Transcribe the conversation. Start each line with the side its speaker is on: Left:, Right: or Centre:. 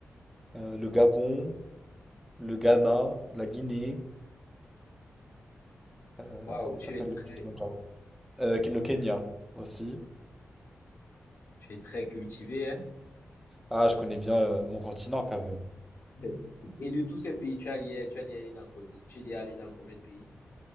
Centre: euh, le Gabon, le Ghana, la Guinée, euh,
Left: Waouh,
Centre: comment
Left: tu
Centre: il s'appelle
Left: es très,
Centre: le Kilimanjaro? Euh, le Kenya aussi.
Left: tu es très cultivé, hein?
Centre: Ah, je connais bien euh, mon continent quand même.
Left: <laughs> Et de tous ces pays, tu as, tu as dit aller dans, co- tu es allé dans combien de pays?